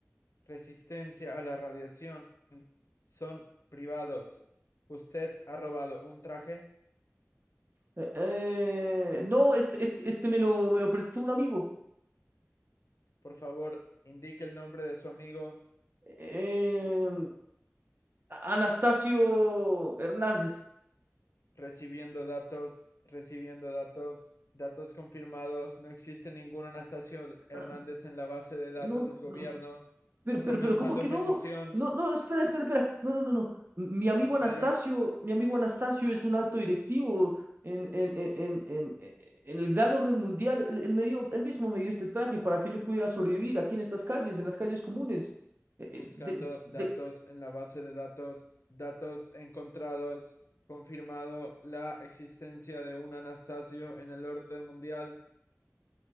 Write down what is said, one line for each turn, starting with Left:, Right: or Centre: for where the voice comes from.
Left: resistencia a la radiación son privados. Usted ha robado un traje.
Right: Eh, eh, no, este, este, este me lo, me lo prestó un amigo.
Left: Por favor, indique el nombre de su amigo
Right: Eh, Anastasio Hernández.
Left: Recibiendo datos, recibiendo datos, datos confirmados. No existe ningún Anastasio Hernández
Right: Ah,
Left: en la base de datos
Right: No,
Left: del gobierno.
Right: no, pero, pero,
Left: Comenzando
Right: pero, ¿cómo que
Left: ejecución.
Right: no? No, no, espera, espera, espera. No, no, no, no. Mi amigo
Left: Espero
Right: Anastasio, mi amigo Anastasio es un alto directivo en, en, en, en, en- e-, en el gran orden mundial. Él, él me dio, él mismo me dio este traje para que yo pudiera sobrevivir aquí en estas calles, en las calles comunes. Eh,
Left: buscando
Right: eh,
Left: datos
Right: de-
Left: en la base de datos. Datos encontrados. Confirmado la existencia de un Anastasio en el orden mundial.